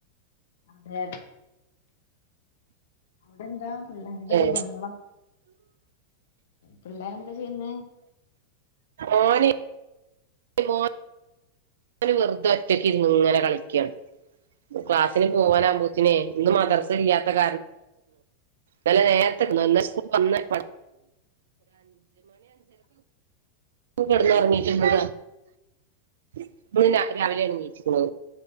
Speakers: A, on the left; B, on the right.
A: അതെ അവിടെന്താ പിള്ളേരുടെ
B: ഏ
A: ഒരു ബഹളം പിള്ളേ അത് അന്നെ
B: ഓന് ഒരു മോൻ ഞാന് വെറുതെ ഒറ്റക്ക് ഇരുന്ന് ഇങ്ങനെ കളിക്കാ ക്ലാസ്സിന് പോവാൻ ആവുമ്പോത്തിനെ ഇന്നു മദർസ ഇല്ല്യാത്ത നല്ല നേരത്തേ <unintelligible> നീ കെടന്ന് ഒറങ്ങിക്കോ <inaudible> രാവിലെ എഴുന്നേക്കുമോ